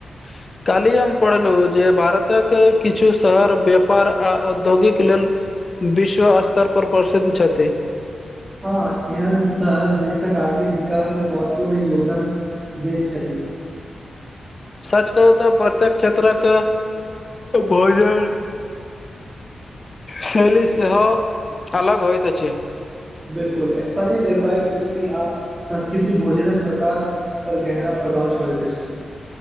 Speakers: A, on the left (about 40°); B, on the right (about 25°).
A: <inaudible> काल्हि हम पढ़लहु जे भारतक किछु शहर व्यापार आ औद्योगिक लेल विश्व स्तर पर प्रसिद्ध छथि
B: हँ एहन शहर देशक आर्थिक विकास मे महत्वपूर्ण योगदान दैत छथि
A: सच कहू तो प्रत्येक क्षेत्रक भोजन शैली सेहो अलग होइत अछि
B: बिलकुल स्थानीय जलवायु कृषि आ संस्कृति भोजनक प्रकार पर गेहरा प्रभाव छोड़ेत अछि